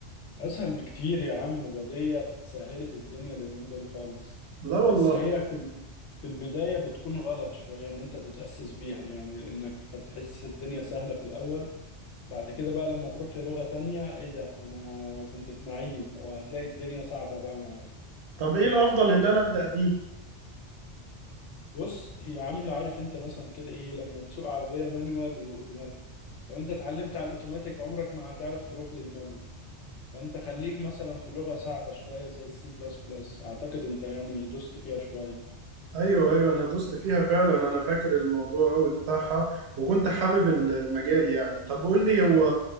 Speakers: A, on the left; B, on the right.
A: اسهل بكتير يا عم ده ديت سهلت الدنيا اليومين دول خالص
B: لا والله
A: بس هي في ال- في البداية بتكون غلط شوية ان انت تتأسس بيها يعني لانك هتحس الدنيا سهلة في الاول بعد كده بقى لما تروح للغة تانية ايه ده انا كنت في نعيم وهتلاقي الدنيا صعبة بقى معايا
B: طب ايه الافضل اللي انا ابدا بيه
A: بص هي عاملة عارف انت مثلا كده ايه لما تسوق عربية مانوال واوتوماتيك لو انت اتعلمت على الاوتوماتيك عمرك ما هتعرف تروح للمانوال فانت خليك مثلا في لغة صعبة شوية زي السي بلس بلس اعتقد انت يعني دوست فيها شوية
B: ايوه ايوه انا دوست فيها فعلا انا فاكر الموضوع قوي بتاعها وكنت حابب ال- المجال يعني طب قول لي هو